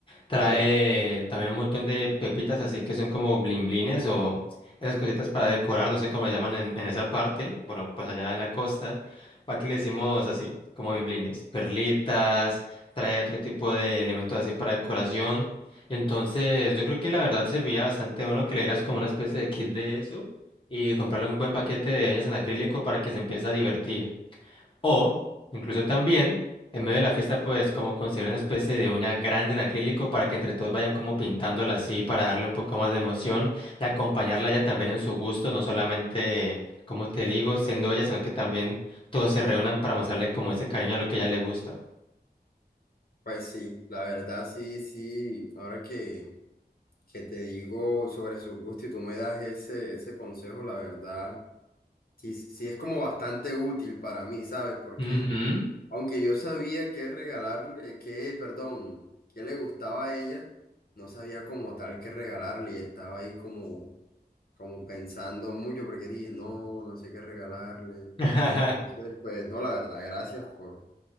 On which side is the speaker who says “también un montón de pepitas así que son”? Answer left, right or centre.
Left